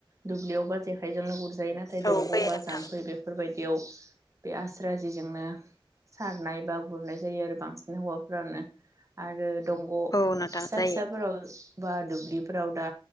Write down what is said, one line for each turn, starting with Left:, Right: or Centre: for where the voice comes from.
Right: दुब्लियावबा जेखाय जोंनो गुरजायो नाथाय दंग'
Left: औ फैयो
Right: बा
Left: नोंथां
Right: जाम्फै बेफोर बायदियाव बे आस्रा जेजोंनो सारनाय बा गुरनाय जायो आरो बांसिन हौवाफोरानो आरो दंग'
Left: औ नोंथां
Right: फिसा
Left: जायो
Right: फिसाफोराव बा दुब्लिफोराव दा